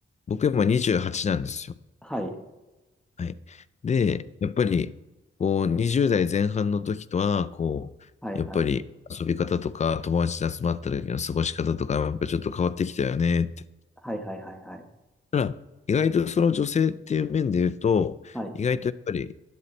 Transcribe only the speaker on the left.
僕今28なんですよ。
はい。で、やっぱり、こう、20代前半の時とは、こう、
やっぱり遊び方とか、友達で集まった時の過ごし方とか、やっぱりちょっと変わってきたよねって。
ただ、意外とその女性っていう面で言うと、
意外とやっぱり